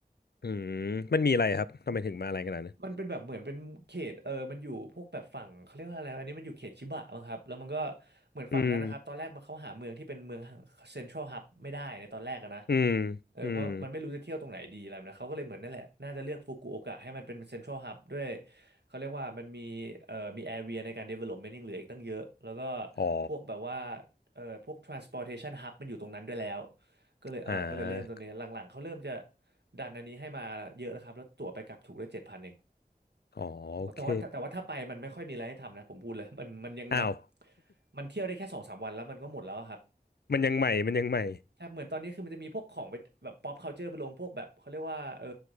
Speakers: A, on the left (about 75°); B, on the right (about 85°).
A: อืมมันมีอะไรครับทำไมถึงมาอะไรขนาดนั้น
B: มันเป็นแบบเหมือนเป็นเขตเออมันอยู่พวกแบบฝั่งเขาเรียกว่าอะไรอันนี้มันอยู่เขตชิบะมั้งครับแล้วมันก็เหมือนฝั่งนั้นนะครับตอนแรกมันเขาหาเมืองที่เป็นเมือง
A: อืม
B: เซ็นทรัลฮับไม่ได้ในตอนแรกอะนะ
A: อืม
B: เออเพราะมันไม่รู้จะเที่ยวตรงไหนดีอะไรแบบนะเขาก็เลยเหมือนนั่นแหละน่าจะเลือกฟุกุโอกะให้มันเป็นเซ็นทรัลฮับด้วย
A: อืม
B: เขาเรียกว่ามันมีเอ่อมีแอเรียในการ development ยังเหลืออีกตั้งเยอะแล้วก็
A: อ๋อ
B: พวกแบบว่าเอ่อพวก transportation hub มันอยู่ตรงนั้นด้วยแล้วก็เลยเออก็เลยเริ่มตรงนี้หลังๆเขาเริ่มจะ
A: อ่า
B: ดันอันนี้ให้มาเยอะแล้วครับแล้วตั๋วไปกลับถูกได้เจ็ดพันเอง
A: อ๋อโอเค
B: แต่ว่าแต่ว่าถ้าไปมันไม่ค่อยมีอะไรให้ทำนะผมพูดเลย <laughs> มันมันยังแบบ
A: อ้าว
B: มันเที่ยวได้แค่สองสามวันแล้วมันก็หมดแล้วอะครับ
A: มันยังใหม่มันยังใหม่
B: ใช่เหมือนตอนนี้คือมันจะมีพวกของไปแบบ pop culture ไปลงพวกแบบเขาเรียกว่าเออ